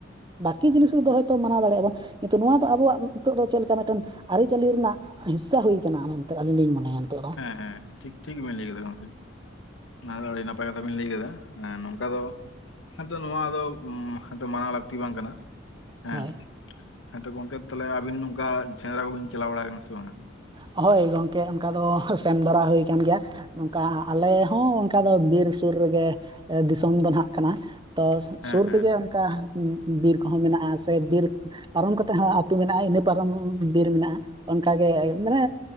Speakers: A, on the right; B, on the left.
A: ᱵᱟᱠᱤ ᱡᱤᱱᱤᱥ ᱨᱮᱫᱚ ᱦᱚᱭᱛᱚ ᱢᱟᱱᱟᱣ ᱫᱟᱲᱮᱭᱟᱜᱼᱟ ᱵᱚᱱ᱾ ᱠᱤᱱᱛᱩ ᱱᱚᱣᱟ ᱫᱚ ᱟᱵᱚᱣᱟᱜ ᱱᱤᱛᱚᱜ ᱫᱚ ᱪᱮᱞᱠᱟ ᱢᱤᱫᱴᱮᱱ ᱟᱹᱨᱤᱼᱪᱟᱹᱞᱤ ᱨᱮᱱᱟᱜ ᱦᱤᱥᱥᱟ ᱦᱩᱭ ᱠᱟᱱᱟ ᱢᱮᱱᱛᱮ ᱟᱹᱞᱤᱧ ᱞᱤᱧ ᱢᱚᱱᱮᱭᱟ ᱱᱤᱛᱚᱜ ᱫᱚ᱾
B: ᱮᱸ ᱦᱮᱸ ᱴᱷᱤᱠ ᱴᱷᱤᱠ ᱵᱤᱱ ᱞᱟᱹᱭ ᱠᱮᱫᱟ ᱜᱚᱝᱠᱮ᱾ ᱚᱱᱟ ᱫᱚ ᱟᱹᱰᱤ ᱱᱟᱯᱟᱭ ᱠᱟᱛᱷᱟ ᱵᱤᱱ ᱞᱟᱹᱭ ᱠᱟᱫᱟ ᱟᱸ ᱱᱚᱝᱠᱟ ᱫᱚ ᱦᱮᱸᱛᱚ ᱱᱚᱣᱟ ᱫᱚ ᱩᱢ ᱦᱮ ᱛᱚ ᱢᱟᱱᱟᱣ ᱞᱟᱹᱠᱛᱤ ᱵᱟᱝ ᱠᱟᱱᱟ᱾ ᱦᱮᱸ
A: ᱦᱳᱭ
B: ᱦᱮᱸᱛᱚ ᱜᱚᱝᱠᱮ ᱛᱟᱦᱚᱞᱮ ᱟᱹᱵᱤᱱ ᱱᱚᱝᱠᱟ ᱥᱮᱸᱫᱽᱨᱟ ᱠᱚᱵᱤᱱ ᱪᱟᱞᱟᱣ ᱵᱟᱲᱟ ᱟᱠᱟᱱᱟ ᱥᱮ ᱵᱟᱝᱟ?
A: ᱦᱳᱭ ᱜᱚᱝᱠᱮ ᱚᱱᱠᱟ ᱫᱚ ᱦᱚᱭ ᱥᱮᱱ ᱵᱟᱲᱟ ᱦᱩᱭᱠᱟᱱ ᱜᱮᱭᱟ᱾ ᱱᱚᱝᱠᱟ ᱟᱞᱮ ᱦᱚᱸ ᱚᱱᱠᱟ ᱫᱚ ᱵᱤᱨ ᱥᱩᱨ ᱨᱮᱜᱮ ᱮ ᱫᱤᱥᱚᱢ ᱫᱚ ᱱᱟᱦᱟᱜ᱾ ᱠᱟᱱᱟ ᱛᱚ
B: ᱦᱮᱸ
A: ᱥᱩᱨ
B: ᱦᱮᱸ
A: ᱛᱮᱜᱮ ᱚᱱᱠᱟ ᱩᱸ-ᱩᱸ-ᱵᱤᱨ ᱠᱚᱦᱚᱸ ᱢᱮᱱᱟᱜᱼᱟ ᱥᱮ ᱵᱤᱨ ᱯᱟᱨᱚᱢ ᱠᱟᱛᱮᱜ ᱦᱚᱸ ᱟᱹᱛᱳ ᱢᱮᱱᱟᱜᱼᱟ ᱤᱱᱟᱹ ᱯᱟᱨᱚᱢ ᱵᱤᱨ ᱢᱮᱱᱟᱜᱼᱟ, ᱚᱱᱠᱟᱜ ᱜᱮ ᱢᱟᱱᱮ